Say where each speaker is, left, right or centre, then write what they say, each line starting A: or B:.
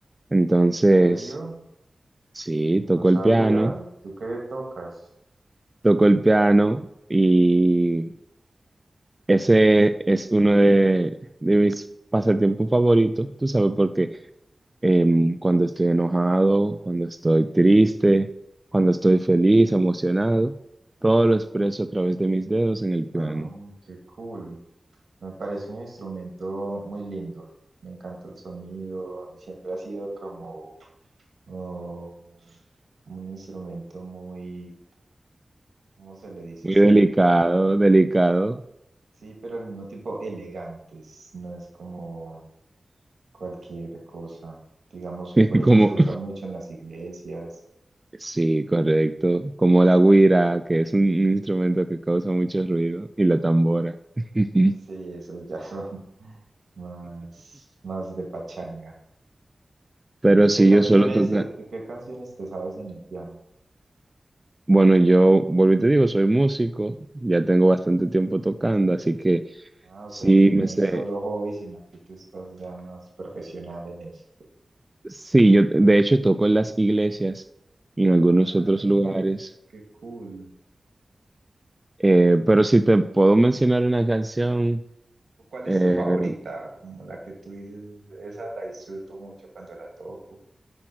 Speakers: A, on the right; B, on the right.
A: Entonces,
B: ¿en serio?
A: sí,
B: No
A: toco
B: sabía.
A: el piano,
B: ¿Y tú qué tocas?
A: toco el piano y Ese es uno de, de mis pasatiempos favoritos, tú sabes, porque em, cuando estoy enojado, cuando estoy triste, cuando estoy feliz, emocionado, todo lo expreso a través de mis dedos en el piano.
B: Ah, qué cool. Me parece un instrumento muy lindo. Me encanta el sonido y siempre ha sido como oh, un instrumento muy, ¿cómo se le dice?
A: Muy
B: Se,
A: delicado, delicado,
B: Sí, pero al mismo tiempo elegantes, no es como cualquier cosa. Digamos,
A: <laughs>
B: por eso
A: como,
B: se usa mucho en las iglesias.
A: sí, correcto, como la güira, que es un instrumento que causa mucho ruido, y la tambora. <laughs>
B: Sí, esos ya son <laughs> más, más de pachanga.
A: Pero
B: ¿Y
A: sí,
B: qué canciones,
A: yo suelo tocar.
B: es- qué canciones te sabes en el piano?
A: Bueno, yo vuelvo y te digo, soy músico, ya tengo bastante tiempo tocando, así que
B: Ah, o
A: sí
B: sea que no
A: me sé.
B: es solo hobby, sino que tú estás ya más profesional en eso.
A: Sí, yo de hecho toco en las iglesias y en algunos
B: Ah,
A: otros lugares,
B: qué cool.
A: Eh, pero si te puedo mencionar una canción,
B: ¿O ¿Cuál
A: eh,
B: es tu favorita? Como la que tú dices, esa la disfruto mucho cuando la toco.